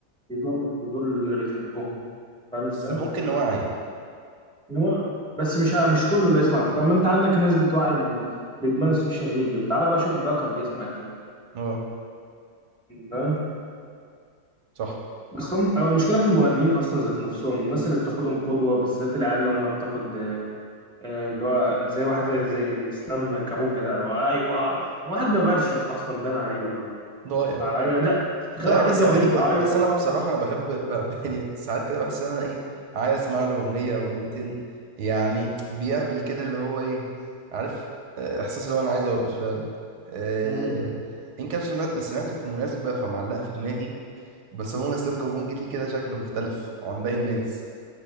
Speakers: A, in the centre; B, on the right.
A: بيضرك وبيضر اللي بتحبهم فاهم ازاي
B: بس ممكن نوعي
A: نوعي بس مش مش كله اللي يسمع طب ما انت عندك ناس بتوعي بال- بادمان السوشيال ميديا وتعالى بقى شوف دكر بيسمع الكلام
B: اه
A: فاهم
B: صح
A: بس هم هو المشكله في المغنيين اصلا ذات نفسهم الناس اللي بتاخدهم قدوه بالذات العيال اللي هم بتاخد آه، آه، اللي هو زي واحد زي زي اسلام كابونجا ده اللي هو ايوه واحد مبرشم اصلا بان عليه والله
B: ضايع
A: ايوه ده تخيل
B: ضايع
A: واحد
B: بس
A: يبدا
B: اغانيك
A: اغنيته
B: و... بس
A: ايوه
B: انا بصراحه انا بحب ب... <laughs> يعني ساعات كده بحس ان انا ايه عايز اسمع له اغنيه او اغنيتين يعني بيعمل كده اللي هو ايه عارف آه، احساس اللي هو انا عايز ارقص فاهم آه...
A: مم.
B: ان كان سمع- سمعته في مناسبه فمعلقه في دماغي بس هو اسلام كابونجي ليه كده شكل مختلف عن باقي الناس